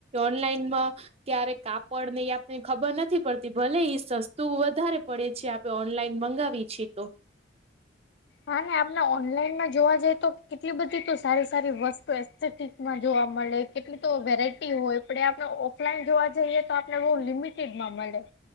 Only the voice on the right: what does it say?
ઓનલાઈનમાં ક્યારે કાપડ ને ને ખબર નથી પડતી ભલે એ સસ્તું વધારે પડે છે આપે ઓનલાઈન મંગાવી છે તો